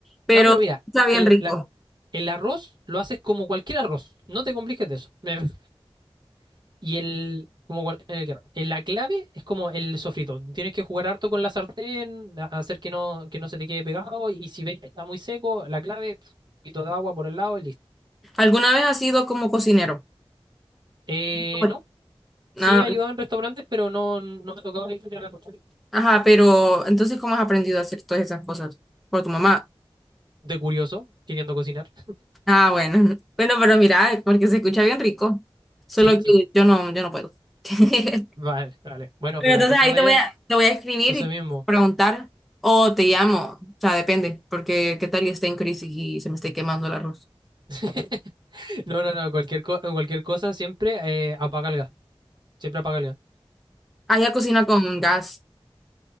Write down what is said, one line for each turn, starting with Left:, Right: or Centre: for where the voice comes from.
Centre: Pero
Right: No, pero mira,
Centre: está bien
Right: el,
Centre: rico.
Right: la- el arroz lo haces como cualquier arroz. No te compliques de eso. <laughs> Y el, como cual- el que- el- la clave es como el sofrito. Tienes que jugar harto con la sartén, a- hacer que no, que no se te quede pegado. Y si ves que está muy seco, la clave, pf, un poquito de agua por el lado y listo.
Centre: ¿Alguna vez has sido como cocinero?
Right: Eh,
Centre: No.
Right: no. Sí
Centre: Ah,
Right: he ayudado en restaurantes, pero no, no me ha tocado la historia de la cocina.
Centre: ajá, pero entonces ¿cómo has aprendido a hacer todas esas cosas? ¿Por tu mamá?
Right: De curioso, queriendo cocinar.
Centre: Ah, bueno. <laughs> Bueno, pero mira, porque se escucha bien rico. Solo
Right: Sí, sí.
Centre: que yo no, yo no puedo. <laughs>
Right: Vale, vale. Bueno,
Centre: Pero
Right: pero
Centre: entonces
Right: en caso
Centre: ahí
Right: de
Centre: te voy a, te voy a escribir
Right: eso
Centre: y
Right: mismo.
Centre: preguntar o te llamo, o sea, depende, porque qué tal y esté en crisis y se me esté quemando el arroz.
Right: <laughs> No, no, no. Cualquier, co- cualquier cosa siempre eh, apaga el gas. Siempre apaga el gas.
Centre: Allá cocina con gas.